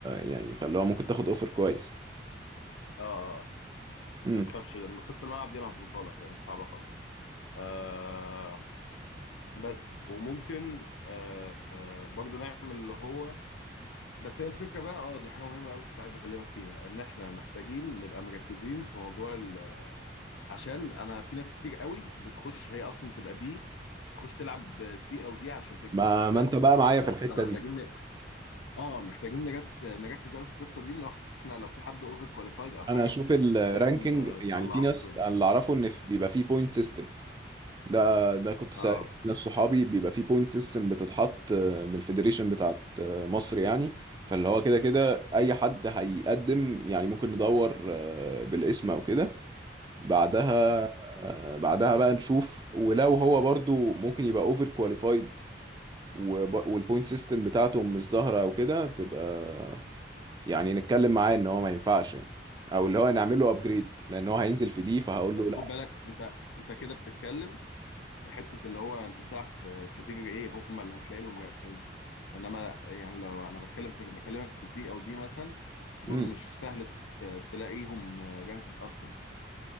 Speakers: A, on the right; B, on the left.
A: يعني فاللي هو ممكن تاخد اوفر كويس
B: اه آه. آه.
A: امم
B: ما تخافش لما قصة الملعب دي انا هظبطها لك هي مش صعبة خالص آه بس وممكن آه آه برضو نعمل اللي هو بس هي الفكرة بقى اه دي حاجة مهمة قوي كنت عايز اكلمك فيها ان احنا محتاجين نبقى مركزين في موضوع ال... عشان انا في ناس كتير قوي بتخش هي اصلا تبقى بي تخش تلعب سي او دي عشان تكسب
A: ما ما
B: فاهم
A: انت بقى معايا
B: فاحنا
A: في الحته
B: محتاجين
A: دي
B: ن... اه محتاجين نرك- نركز قوي في القصة دي ان احنا لو في حد اوفر كواليفايد او حاجة
A: انا اشوف الرانكينج
B: لازم آه، نطلعه
A: يعني في ناس
B: من التورنمنت
A: أنا اللي اعرفه ان في- بيبقى فيه بوينت سيستم ده ده كنت
B: اه
A: سائل ناس صحابي بيبقى فيه بوينت سيستم بتتحط آه، من الفيدريشن بتاعت آه، مصر يعني فاللي هو كده كده اي حد هيقدم يعني ممكن ندور آه، بالاسم او كده بعدها آه، بعدها بقى نشوف ولو هو برضو ممكن يبقى اوفر كواليفايد والبوينت سيستم بتاعته مش ظاهره او كده تبقى يعني نتكلم معاه ان هو ما ينفعش يعني او اللي هو نعمل له ابجريد لان هو هينزل في دي فهقول
B: بس
A: له لا
B: خد بالك انت انت كده بتتكلم في حته اللي هو انت بتلعب في كاتيجوري ايه هم اللي هتلاقي لهم جنج انما يعني لو انا بتكلم في بكلمك في سي او دي مثلا دول
A: امم
B: مش سهل ت- تلاقيهم رانكد اصلا